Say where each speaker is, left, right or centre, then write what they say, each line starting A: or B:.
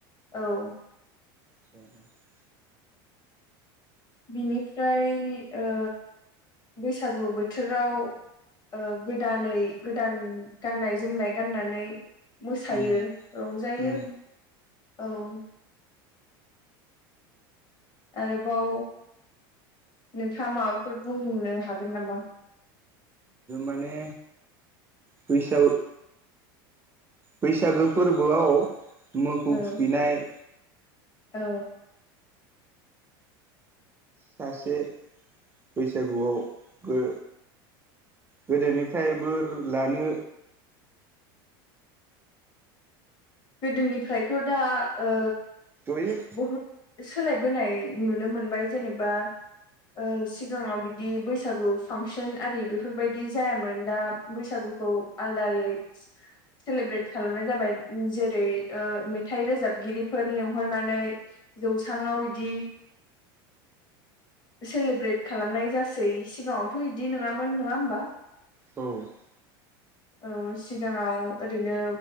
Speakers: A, on the left; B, on the right.
A: औ।
B: <inaudible>
A: बिनिफ्राय ओ बैसागु बोथोराव ओ गोदानै गोदान गाननाय जोमनाय गाननानै मोसायो
B: उम
A: रंजायो
B: उम
A: औ आरोबाव नोंथाङा माबाफोर बुंनो हागोन नामा
B: माने फैसा बैसागो फोरबोआव मोखौ
A: औ
B: थुखैनाय
A: औ
B: सासे बैसागुआव गो गोदोनिफ्राय बो लानो
A: गोदोनिफ्रायथ' दा ओ
B: <unintelligible>
A: बहुद सोलायबोनाय नुनो मोनबाय जेनेबा ओ सिगाङाव बिदि बैसागु फांसन आरि बेफोरबायदि जायामोन दा बैसागुखौ आलदायै सेलेब्रेट खालामनाय जाबाय जेरै ओ मेथाइ रोजाबगिरिफोर लिं हरनानै जौस्राङाव बिदि सेलेब्रेट खालामनाय जासै सिगाङावथ' बिदि नङामोन नङा होमबा
B: औ
A: औ सिगाङाव ओरैनो